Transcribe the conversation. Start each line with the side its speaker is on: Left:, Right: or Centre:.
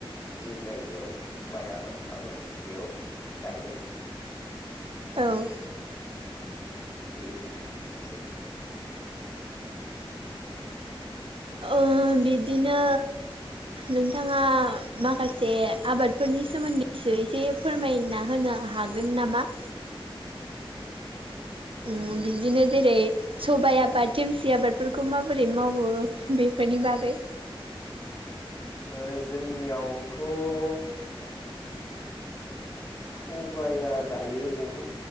Left: जि जायगायाव माइ आबाद माबागोन बेयाव गायबाय।
Right: औ।
Left: औ बेनो सै।
Right: ओ बिदिनो नोंथाङा माखासे आबादफोरनि सोमोन्दैसो एसे फोरमायना होनो हा गोन नामा?
Left: ओ
Right: उम बिदिनो जेरै सबाइ आबाद देमसि आबादफोरखौ माबोरै मावो बेफोरनि बागै
Left: ओ जोंनियावथ' सबाया दायो बहुद